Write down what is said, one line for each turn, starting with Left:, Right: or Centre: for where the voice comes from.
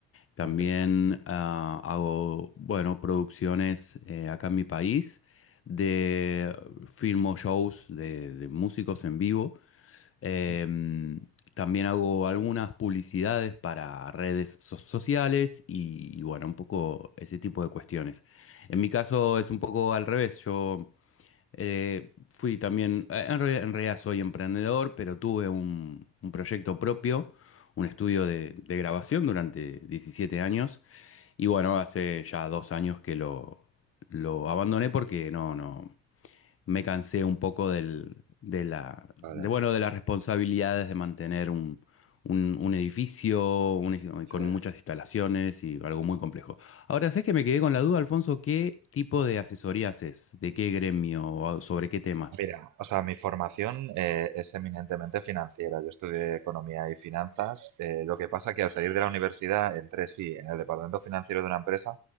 Left: También
Right: Muy interesante.
Left: ah, hago, bueno, producciones eh, acá en mi país de filmo shows de, de músicos en vivo. Em,
Right: <laughs>
Left: también hago algunas publicidades para redes so- sociales y, y, bueno, un poco ese tipo de cuestiones. En mi caso es un poco al revés. Yo eh, fui también, eh, en realidad, en realidad soy emprendedor, pero tuve un, un proyecto propio, un estudio de, de grabación durante 17 años. Y bueno, hace ya dos años que lo, lo abandoné porque no, no me cansé un poco del, de la,
Right: Vale,
Left: de, bueno, de las responsabilidades de mantener un, un, un edificio un edi-
Right: sí.
Left: con muchas instalaciones y algo muy complejo. Ahora, ¿sabes que me quedé con la duda, Alfonso? ¿Qué tipo de asesoría haces? ¿De qué gremio? ¿O ¿Sobre qué temas?
Right: Mira, o sea, mi formación eh, es eminentemente financiera. Yo estudié economía y finanzas. eh, lo que pasa que al salir de la universidad entré, sí, en el departamento financiero de una empresa,